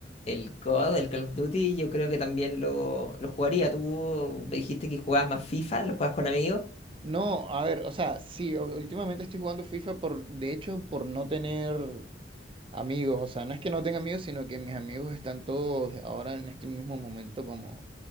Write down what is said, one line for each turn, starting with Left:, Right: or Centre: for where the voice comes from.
Left: el COD, el Call of Duty, yo creo que también lo, lo jugaría. Tú me dijiste que jugabas más FIFA, lo juegas con amigos.
Right: No, a ver, o sea, sí, u- últimamente estoy jugando FIFA por, de hecho, por no tener amigos. O sea, no es que no tenga amigos, sino que mis amigos están todos ahora en este mismo momento como